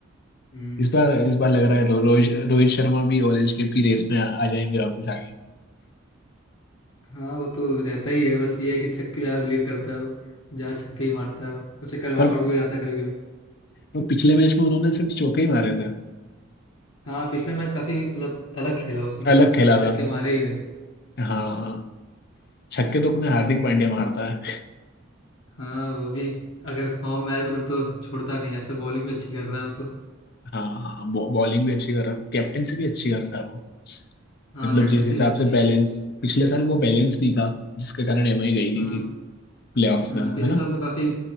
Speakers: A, on the left; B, on the left.
A: हम्म
B: इस बार इस बार लग
A: दिल्ली
B: रहा है
A: के साथ
B: रो, रोहित रोहित शर्मा भी ऑरेंज कैप की रेस में आ, आ जाएंगे वापस आगे
A: हाँ वो तो रहता ही है बस ये है कि छक्के ज्यादा बिलीव करता है वो ज्यादा छक्के ही मारता है वो वो चक्कर में
B: पर
A: आउट भी हो जाता है कभी कभी
B: वो पिछले मैच में उन्होंने सिर्फ चौके ही मारे थे
A: हाँ पिछला मैच काफी मतलब अलग खेला उसने
B: अलग खेला
A: अब छक्के
B: था वो।
A: मारे ही नहीं
B: हाँ छक्के तो अपने हार्दिक पांड्या मारता है
A: हाँ वो भी अगर फॉर्म में आए तो फिर तो छोड़ता नहीं आजकल बॉलिंग भी अच्छी कर रहा है वो तो
B: हाँ बॉ- बॉलिंग भी अच्छी कर रहा है कैप्टेंसी भी अच्छी कर रहा है वो
A: हाँ
B: मतलब
A: कैप्टनसी
B: जिस हिसाब
A: भी अच्छी
B: से बैलेंस
A: है
B: पिछले साल वो बैलेंस नहीं था जिसके कारण एमआई गई नहीं
A: हाँ
B: थी प्लेऑफ्स
A: हाँ,
B: में है
A: पिछले
B: ना
A: साल तो काफी